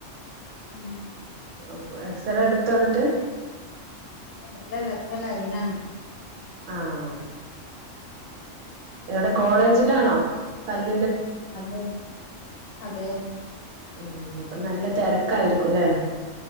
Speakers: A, on the left (about 80°); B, on the right (about 80°).
A: ഉം.
B: അപ്പൊ എക്സറേ എടുത്തോ ന്നിട്ട്?
A: ഇല്ലല്ല. ഇപ്പൊ ലയിനാണ്.
B: ആഹ്. എവിടെ കോളേജിലാണോ പല്ല്
A: അതെ അതെ.
B: ഉം. അപ്പ നല്ല തെര്ക്കായിരിക്കുംല്ലേ.